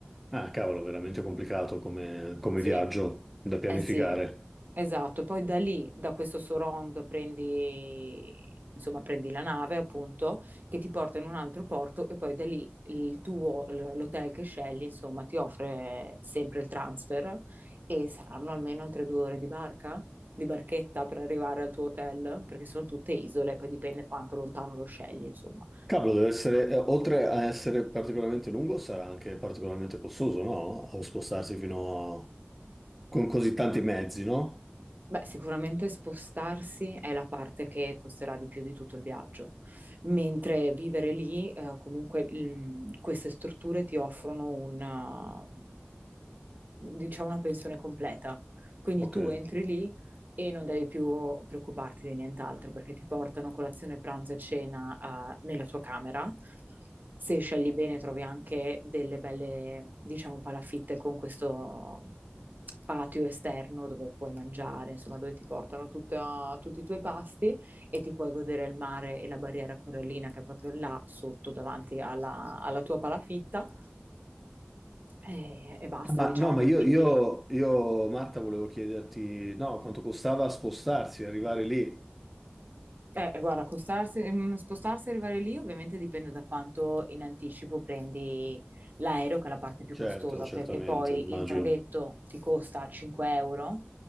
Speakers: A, in the centre; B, on the right.
A: Ah, cavolo, veramente complicato come, come
B: Sì,
A: viaggio da pianificare.
B: eh sì, esatto. Poi da lì, da questo Sorong, prendi, insomma, prendi la nave, appunto, che ti porta in un altro porto e poi da lì il tuo, l- l'hotel che scegli, insomma, ti offre sempre il transfer e saranno almeno altre due ore di barca, di barchetta per arrivare al tuo hotel, perché sono tutte isole, poi dipende quanto lontano lo scegli, insomma.
A: Cavolo, deve essere, eh, oltre a essere particolarmente lungo, sarà anche particolarmente costoso, no? A spostarsi fino a... con così tanti mezzi, no?
B: Beh, sicuramente spostarsi è la parte che costerà di più di tutto il viaggio, mentre vivere lì, eh, comunque, il- queste strutture ti offrono una, diciamo, una pensione completa. Quindi
A: Ok.
B: tu entri lì e non devi più preoccuparti di nient'altro perché ti portano colazione, pranzo e cena, eh, nella tua camera. Se scegli bene, trovi anche delle belle, diciamo, palafitte con questo patio esterno dove puoi mangiare, insomma, dove ti portano tutta- tutti i tuoi pasti e ti puoi godere il mare e la barriera corallina che è proprio là sotto, davanti alla alla tua palafitta. E, e basta,
A: Ma
B: diciamo
A: no, ma
B: che
A: io,
B: quindi
A: io, io, Marta, volevo chiederti, no, quanto costava spostarsi, arrivare lì?
B: Eh, guarda, costarsi- mm, spostarsi e arrivare lì ovviamente dipende da quanto in anticipo prendi l'aereo, che è la parte più
A: Certo,
B: costosa,
A: certamente,
B: perché poi
A: immagino.
B: il traghetto ti costa 5 euro